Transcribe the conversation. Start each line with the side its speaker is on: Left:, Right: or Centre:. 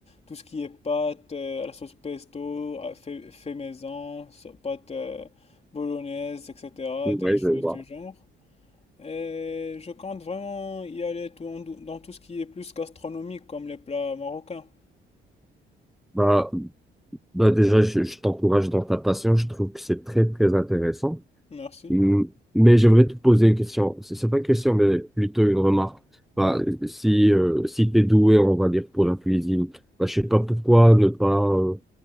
Left: tout ce qui est pâte euh, à la sauce pesto, à- fait, fait maison, so- pâte euh, bolognaise, etc.,
Centre: oui,
Left: des choses
Centre: je vois.
Left: du genre. Et je compte vraiment y aller tout en dou- dans tout ce qui est plus gastronomique, comme les plats marocains.
Centre: Bah, Bah déjà, je, je t'encourage dans ta passion. Je trouve que c'est très, très intéressant.
Left: Merci.
Centre: Mm, Mais j'aimerais te poser une question. C'est c'est pas une question, mais plutôt une remarque. Bah, si euh, si tu es doué, on va dire, pour la cuisine, bah, je sais pas pourquoi ne pas euh,